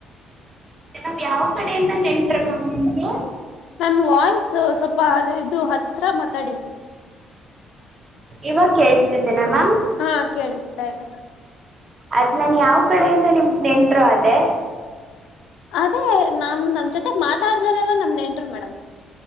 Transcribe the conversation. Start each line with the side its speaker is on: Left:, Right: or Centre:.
Right: ನಾವ್ ಯಾವ್ ಕಡೆಯಿಂದ ನೆಂಟ್ರ ಅಮ್ಮ ನಿಮ್ಗೆ.
Left: ಮ್ಯಾಮ್ ವಾಯ್ಸ್ ಸ್ವಲ್ಪ ಅದು ಇದು ಹತ್ರ ಮಾತಾಡಿ.
Right: ಇವಾಗ ಕೇಳ್ಸ್ತಿದ್ದೇನಾ ಮ್ಯಾಮ್.
Left: ಹಾ ಕೇಳಿಸ್ತಾ ಇದೆ.
Right: ಅದ ನಾನ ಯಾವ ಕಡೆಯಿಂದ ನಿಮ್ದ ನೆಂಟರು ಅದೇ
Left: ಅದೇ ನಮ್ ನಮ್ ಜೊತೆ ಮಾತಾಡಿದರೆ ಎಲ್ಲಾ ನಮ್ ನೆಂಟರು ಮೇಡಮ್.